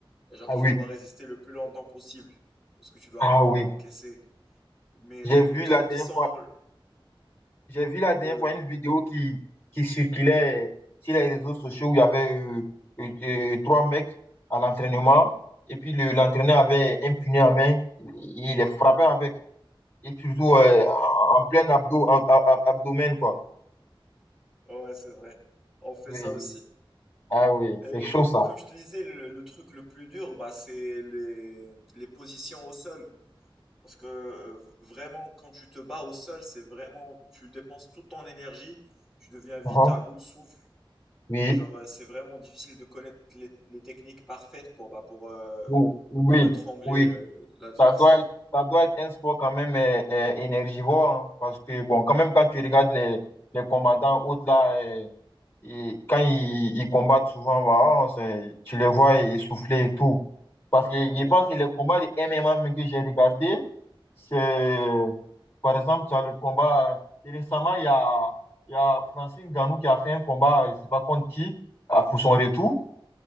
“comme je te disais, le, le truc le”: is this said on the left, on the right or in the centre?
Centre